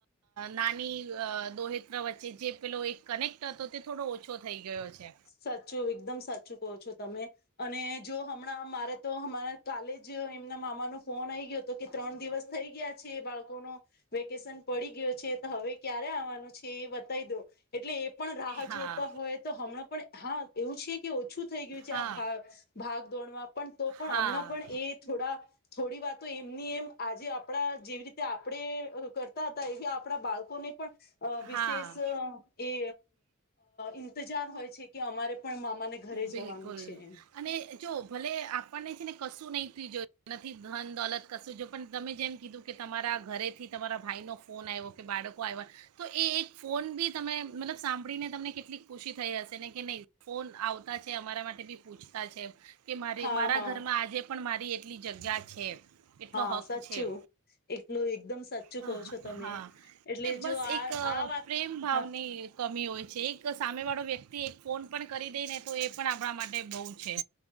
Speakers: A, on the right; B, on the left.
A: નાની દોહત્ર વચ્ચે જે પેલો એક કનેક્ટ હતો તે થોડો ઓછો થઈ ગયો છે.
B: સાચું એકદમ સાચું કહો છો તમે અને જો હમણાં મારે તો અરા કાલે જ એમના મામાનો ફોન આઈ ગયો હતો કે ત્રણ દિવસ થઈ ગયા છે બાળકોનો વેકેશન પડી ગયો છે તો હવે ક્યારે આવવાનું છે એ બતાવી દો એટલે પણ રાહ
A: હા
B: જોતા હોય તો હમણાં પણ હા એવું છે કે ઓછું થઈ ગયું છે
A: હા
B: આ ભ ભાગ દોણમાં પણ તો પણ
A: હા
B: હમણાં પણ એ થોડા થોડી વાત તો એમની એમ આજે આપણા જેવી રીતે આપણે કરતા હતા એવી આપણા બાળકોને પણ વિશેષ
A: હા
B: એ ઇન્તજાર હોય છે કે અમારે પણ મામાને ઘરે
A: બિલકુલ
B: જવાનું છે એમ.
A: અને જો ભલે આપ પણ એ છે ને કશું નહીં થ જોયું નથી ધન દોલત કશું જો પણ તમે જેમ કીધું કે તમારા ઘરેથી તમારા ભાઈનો ફોન આવ્યો કે બાળકો આવ્યા તો એ એક ફોન બી તમે મતલબ સાંભળીને તમને કેટલીક ખુશી થઈ હશે ને કે નહીં ફોન આવતા જ અમારા માટે બી પૂછતા છે કે મારી
B: હા
A: મારા
B: હા
A: ઘરમાં આજે પણ મારી કેટલી જગ્યા છે. એટલો
B: હા
A: હક
B: સાચું
A: છે
B: એલું એકદમ સાચું
A: હા
B: કહો છો તમે
A: હા.
B: એટલે
A: એ બસ
B: જો આ
A: એક અ,
B: આ વાત
A: પ્રેમ ભાવની
B: હા
A: કમી હોય એક સામે વાળો વ્યક્તિ એક ફોન પણ કરી દે ને તો એ પણ આપણા માટે બહુ છે.